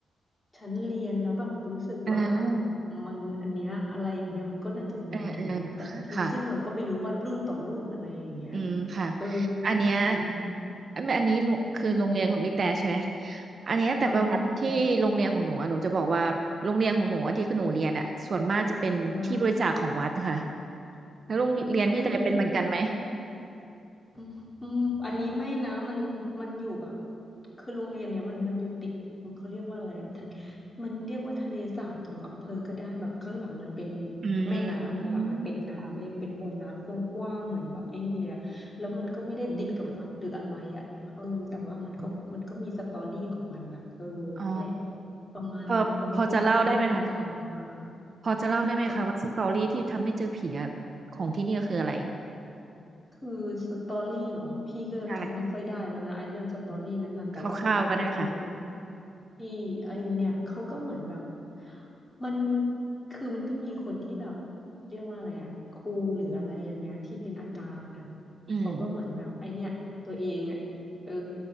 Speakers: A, on the left; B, on the right.
A: ฉันเรียนแล้วแบบรู้สึกว่า
B: เออ
A: มันอันเนี้ยอะไรอย่างเงี้ยมันก็น่าจะมีถูกไหมแต่ละที่ซึ่งเราก็ไม่รู้ว่ารุ่นต่อรุ่นอะไรอย่างเงี้ย
B: เออเออค่ะค่ะ อืมค่ะ
A: เออ
B: อันเนี้ย
A: อันเนี้ย
B: อันอันนี้ลุคือโรงเรียนของพี่แต่ใช่ไหม
A: อืม
B: อันเนี้ยแต่ประวัติที่โรงเรียนของหนูอะหนูจะบอกว่าโรงเรียนของหนูอะที่หนูเรียนอ่ะส่วนมากจะเป็นที่บริจาคของวัดค่ะ
A: ใช่อ่า
B: แล้วโรงเรียนพี่แต่เป็นเหมือนกันไหม
A: เอ้ย อืมอืมอันนี้ไม่นะมันมันอยู่แบบคือโรงเรียนเนี้ยมันมันอยู่ติดเขาเรียกว่าอะไรอ่ะทานมันเรียกว่าทะเลสาบถึงอำเภอก็ได้แบบข้างหลังมันเป็น
B: อืมอืมอ๋อ
A: แม่น้ำเลยอ่ะมันเป็นน้ำเลยเป็นบ่อน้ำกว้างๆเหมือนแบบไอ้นี่เลยอะแล้วมันก็ไม่ได้ติดกับวัดหรืออะไรอันเนี้ยเออแต่ว่ามันก็มันก็มีสตอรี่ของมันอ่ะเออนั่นแหละ
B: อืมอมอ๋อ
A: ประมาณนั้นแล้วเขาก็ต้องไปเรียกอาจารย์มา
B: พอพอจะเล่าได้ไหมคะพอจะเล่าได้ไหมคะว่าสตอรี่ที่ทำให้เจอผีอะของที่นี่ก็คืออะไร
A: ก็ คือสตอรี่เหรอพี่ก็จำไม่ค่อยได้แล้วนะไอ้เรื่องสตอรี่นั้นนะแต่ว่าสตอรี่ที่น้อง
B: ใช่อืมคร่าวๆก็ได้ค่ะ
A: ที่ไอ้เนี่ยเขาก็เหมือนแบบมันคือมันก็มีคนที่แบบเรียกว่าอะไรอะครูหรืออะไรอย่างเงี้ยที่เป็นอาจารย์นะ
B: อืม
A: เขาก็เหมือนแบบไอ้เนี่ยตัวเองอะเออ